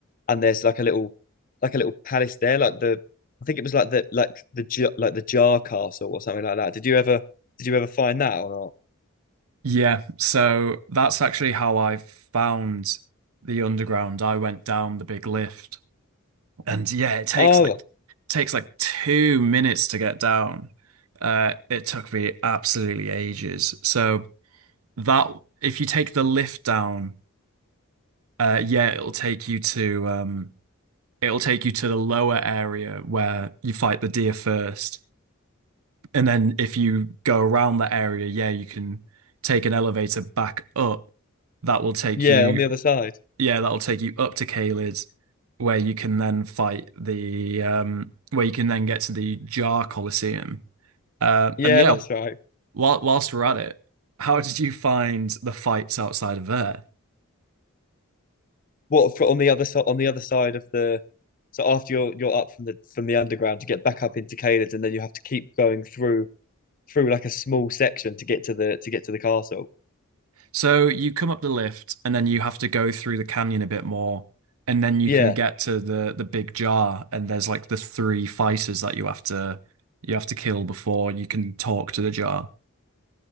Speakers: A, on the left (about 40°); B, on the right (about 85°).
A: and there's like a little like a little palace there, like the I think it was like the like the J- like the Jar Castle or something like that. Did you ever did you ever find that or not?
B: Yeah, so that's actually how I found the underground. I went down the big lift, and yeah, it takes
A: Oh,
B: like takes like two minutes to get down. Uh, it took me absolutely ages. So that if you take the lift down, uh, yeah, it'll take you to um, it'll take you to the lower area where you fight the deer first, and then if you go around that area, yeah, you can take an elevator back up that will take
A: yeah,
B: you
A: on the other side.
B: yeah, that'll take you up to Caelid, where you can then fight the um where you can then get to the Jar Colosseum. Uh,
A: Yeah,
B: and yeah,
A: that's right.
B: while, whilst we're at it, how did you find the fights outside of there?
A: What for on the other side on the other side of the so after you're you're up from the from the underground you get back up into Caelid and then you have to keep going through through like a small section to get to the to get to the castle.
B: So you come up the lift and then you have to go through the canyon a bit more, and then you
A: Yeah.
B: can get to the the big jar, and there's like the three fighters that you have to you have to kill before you can talk to the jar.